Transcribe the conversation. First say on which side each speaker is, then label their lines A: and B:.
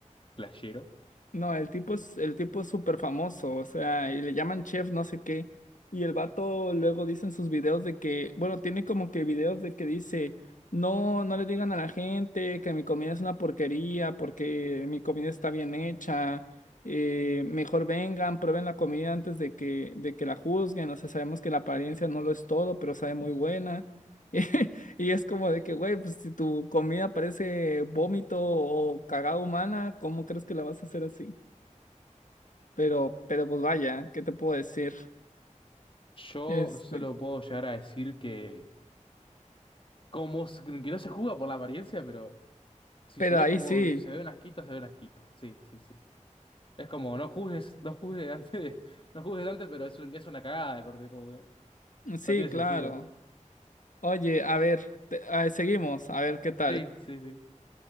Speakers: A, on the left (about 40°); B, on the left (about 80°).
A: flashero.
B: No, el tipo es, el tipo es súper famoso, o sea, y le llaman chef no sé qué. Y el vato luego dice en sus videos de que, bueno, tiene como que videos de que dice, no, no le digan a la gente que mi comida es una porquería porque mi comida está bien hecha. eh, mejor vengan, prueben la comida antes de que, de que la juzguen. O sea, sabemos que la apariencia no lo es todo, pero sabe muy buena. <laughs> Y es como de que, güey, pues si tu comida parece vómito o cagada humana, ¿cómo crees que la vas a hacer así? Pero, pero pues vaya, ¿qué te puedo decir?
A: Yo
B: Este,
A: solo puedo llegar a decir que... Como s- que no se juega por la apariencia, pero... Si
B: pero
A: se ve
B: ahí
A: como,
B: sí,
A: si se ve una asquito, se ve una asquito. Sí, sí, sí. Es como, no juzgues, no juzgues antes, de- <laughs> no juzgues antes, pero es, un- es una cagada de corte, como que
B: mm, sí,
A: no tiene
B: claro.
A: sentido.
B: Oye, a ver, te- a- seguimos, a ver qué tal.
A: Sí, sí, sí.